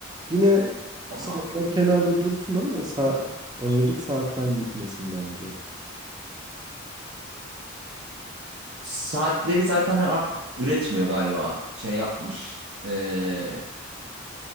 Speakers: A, on the right; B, on the right.
A: Yine
B: ama
A: saatler kenarda dursun ama sa- ağırlık saatten gitmesin bence.
B: saatleri zaten artık üretmiyor galiba şey yapmış. Ee,